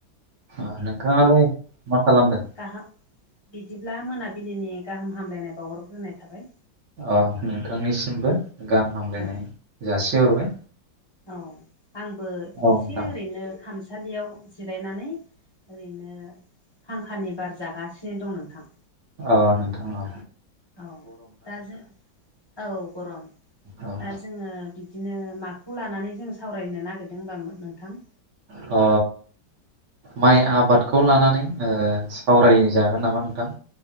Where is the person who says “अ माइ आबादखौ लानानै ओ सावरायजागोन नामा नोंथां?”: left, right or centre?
Right